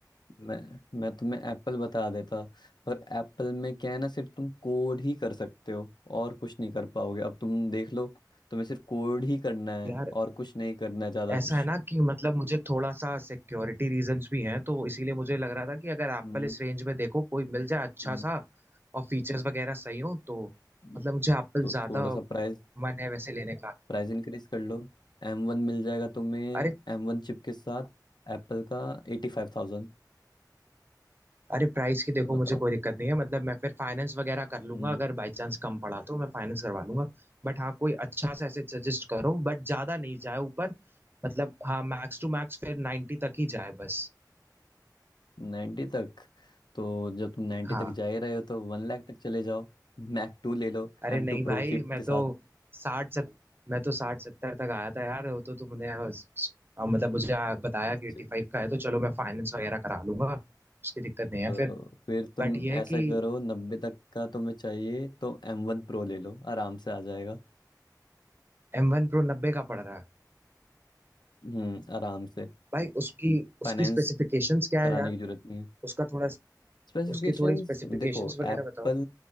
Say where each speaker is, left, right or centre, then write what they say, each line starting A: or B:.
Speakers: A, on the left; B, on the right.
A: मैं मैं तुम्हें एप्पल बता देता पर एप्पल में क्या है ना सिर्फ तुम कोड ही कर सकते हो और कुछ नहीं कर पाओगे अब तुम देख लो तुम्हें सिर्फ कोड ही करना है
B: यार
A: और कुछ नहीं करना है ज्यादा
B: ऐसा
A: कुछ
B: है ना कि मतलब मुझे थोड़ा सा सिक्योरिटी रीजंस भी हैं तो इसीलिए मुझे लग रहा था कि अगर एप्पल
A: हम्म
B: इस रेंज में देखो कोई मिल जाए अच्छा
A: हम्म
B: सा और फीचर्स वगैरह सही हो तो
A: हम्म।
B: मतलब मुझे एप्पल
A: तो
B: ज्यादा
A: थोड़ा सा प्राइस
B: मन है वैसे लेने का
A: प्राइस इंक्रीज कर लो एम वन मिल जाएगा तुम्हें
B: अरे
A: एम वन चिप के साथ एप्पल का एटी फाइव थाउजेंड
B: अरे प्राइस की देखो
A: तो बताओ
B: मुझे कोई दिक्कत नहीं है मतलब मैं फिर फाइनेंस वगैरह कर लूंगा
A: हम्म
B: अगर बाई चांस कम पड़ा तो मैं फाइनेंस करवा लूंगा बट हाँ कोई अच्छा सा ऐसे सजेस्ट करो बट ज्यादा नहीं जाए ऊपर मतलब हाँ मैक्स टू मैक्स फिर 90 तक ही जाए बस
A: नाइन्टी तक तो जब तुम नाइन्टी
B: हाँ
A: तक जा ही रहे हो तो वन लाख तक चले जाओ मैक टू ले लो
B: अरे
A: एम
B: नहीं
A: टू
B: भाई
A: प्रो चिप
B: मैं
A: के साथ
B: तो साठ सत मैं तो साठ सत्तर तक आया था यार वो तो तुमने आ, स- आ, मतलब मुझे आ, बताया कि
A: चल-
B: एट्टी फाइव का है तो चलो मैं फाइनेंस वगैरह करा लूंगा उसकी दिक्कत
A: चलो
B: नहीं है फिर
A: फिर तुम
B: बट ये है
A: ऐसा
B: कि
A: करो नब्बे तक का तुम्हें चाहिए तो एम वन प्रो ले लो आराम से आ जाएगा
B: एम वन प्रो नब्बे का पड़ रहा है
A: हम्म आराम से
B: भाई उसकी उसकी
A: फाइनेंस
B: स्पेसिफिकेशंस क्या
A: कराने
B: है यार
A: की जरूरत नहीं है
B: उसका थोड़ा
A: स्पेसिफिकेशंस
B: उसकी थोड़ी स्पेसिफिकेशंस
A: देखो
B: वगैरह
A: एप्पल
B: बताओ